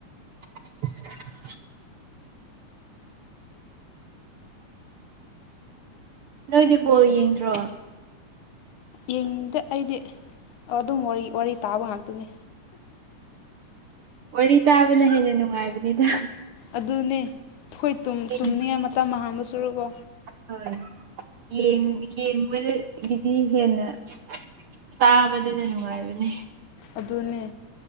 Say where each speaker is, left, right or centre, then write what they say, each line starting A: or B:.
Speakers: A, on the right; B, on the left.
A: <unintelligible> ꯅꯣꯏꯗꯤ ꯕꯣꯜ ꯌꯦꯡꯗ꯭ꯔꯣ
B: ꯌꯦꯡꯅꯤꯡꯗ ꯑꯩꯗꯤ ꯑꯗꯨꯝ ꯋꯥꯔꯤ ꯇꯥꯕ ꯉꯥꯛꯇꯅꯦ
A: ꯋꯥꯔꯤ ꯇꯥꯕꯅ ꯍꯦꯟꯅ ꯅꯨꯡꯉꯥꯏꯕꯅꯤꯗ
B: ꯑꯗꯨꯅꯤ ꯊꯣꯏ
A: ꯌꯦꯡꯕ
B: ꯇꯨꯝꯅꯤꯡꯉꯦ ꯃꯇꯝ ꯑꯍꯥꯡꯕ ꯁꯨꯔꯨꯕꯣ
A: ꯍꯣꯏ ꯌꯦꯡꯕꯗꯒꯤꯗꯤ ꯍꯦꯟꯅ ꯇꯥꯕꯅꯤꯅꯥ ꯅꯨꯡꯉꯥꯏꯕꯅꯦ
B: ꯑꯗꯨꯅꯦ